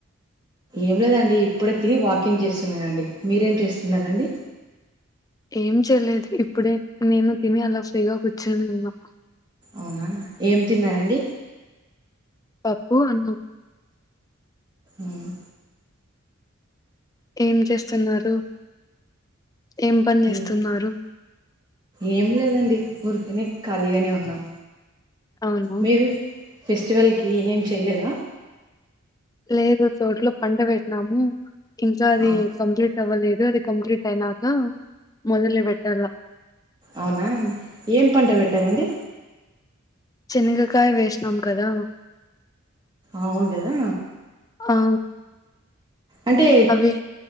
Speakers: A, on the right; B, on the left.
A: ఏం లేదండి ఇప్పుడే తిని వాకింగ్ చేస్తున్నానండి మీరేం చేస్తున్నారండి
B: ఏం చేయలేదు ఇప్పుడే నేను తిని అలా ఫ్రీగా కూర్చునున్న
A: అవునా ఏం తిన్నారండి
B: పప్పు అన్నం
A: ఆహ్
B: ఏం చేస్తున్నారు ఏం పని చేస్తున్నారు
A: ఏ ఏం లేదండి ఊరికనే ఖాళీగానే ఉన్నాం
B: అవునా
A: మీరు ఫెస్టివల్కి ఏం చెయ్లేదా
B: లేదు తోట్లో పంటపెట్టినాము ఇంకా అది
A: ఆ,
B: కంప్లీట్ అవ్వలేదు అది కంప్లీటైనాక మొదలే పెట్టాల
A: అవునా ఏం పంట పెట్టారండి
B: శన్గకాయ వేసినాం కదా
A: అవును కదా
B: ఆ
A: అంటే
B: అవి